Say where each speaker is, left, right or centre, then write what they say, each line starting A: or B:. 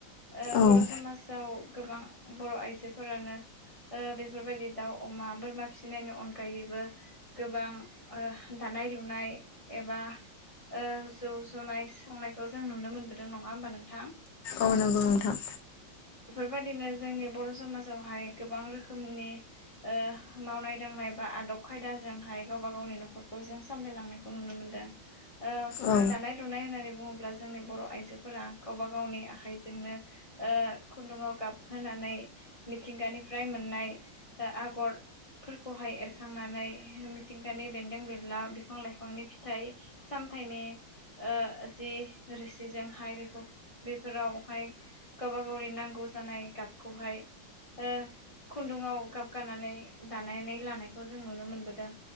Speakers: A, on the left (about 25°); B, on the left (about 70°).
A: ओ
B: औ
A: बर' समाजाव गोबां बर' आइजोफोरानो ओ बेफोरबायदि दाउ अमा बोरमा फिसिनायनि अनगायैबो गोबां दानाय ओ लुनाय एबा ओ जौ ज'नाय संनायखौ जों नुनो मोनबोदों नङा होमबा नोंथां?
B: औ नोंगौ नोंथां।
A: बादिनो जोंनि बर' समाजावहाय गोबां रोखोमनि ओ मावनाय दांनाय बा आदब खायदाजोंहाय गावबा गावनि न'खरखौ जों सामलायलांनायखौ नुनो मोनदों। ओ
B: औ
A: दानाय-लुनाय होननानै बुङोब्ला जोंनि बर' आइजोफोरा गावबा गावनि आखाइजोंनो ओ खुन्दुङाव गाबहोनानै मिथिंगानि। फ्राय मोननाय ओ आगरफोरखौहाय एरखांनानै मिथिंगानि बेन्दों बेनला बिफां लाइफांनि फिथाइ सामथाइनि ओ जि रोसिजोंहाय बेखौ बेफोरावहाय गावबा गावनि नांगौ जानाय गाबखौहाय ओ खुन्दुङाव गाब गानानै दानानै लानायखौ जों नुनो मोनबोदों।